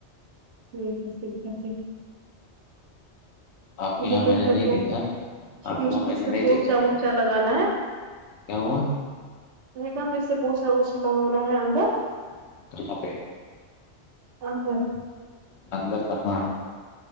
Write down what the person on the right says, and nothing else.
ٹھیک ہے ٹھیک ہے ج
مجھے
پھر
سے
پو-
مجھے
پھر
سے
پوچا
ووچا لگانا ہے
گا پھر سے پوسا ووسا لگوانا ہے اند
اندر